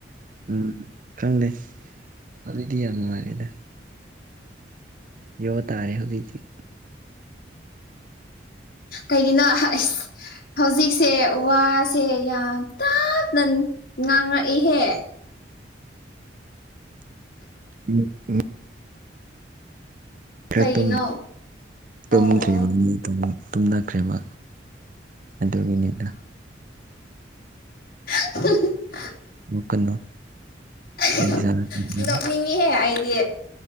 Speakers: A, on the right; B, on the left.
A: ꯎꯝ ꯈꯪꯗꯦ ꯍꯧꯖꯤꯛꯇꯤ ꯌꯥꯝ ꯅꯨꯡꯉꯥꯏꯔꯦꯗ ꯌꯣ ꯇꯥꯔꯦ ꯍꯧꯖꯤꯛꯇꯤ
B: ꯀꯩꯒꯤꯅꯣ ꯍꯥ ꯏꯁ ꯍꯧꯖꯤꯛꯁꯦ ꯋꯥꯁꯦ ꯌꯥꯝ ꯇꯞꯅ ꯅꯨꯟ ꯉꯥꯡꯔꯛꯏꯍꯦ
A: <unintelligible> ꯈꯔ
B: ꯀꯩꯒꯤꯅꯣ
A: ꯇꯨꯝ ꯇꯨꯝꯗ꯭ꯔꯤꯕꯅꯤ
B: ꯑꯣ ꯑꯣ
A: ꯇꯨꯝꯅ ꯇꯨꯝꯅꯈ꯭ꯔꯦꯕ ꯑꯗꯨꯒꯤꯅꯤꯗ
B: <unintelligible>
A: ꯅꯣꯛꯀꯅꯨ
B: <unintelligible>
A: ꯆꯩ ꯆꯥꯔꯛꯅꯤ
B: ꯅꯣꯛꯅꯤꯡꯉꯤꯍꯦ ꯑꯩꯗꯤ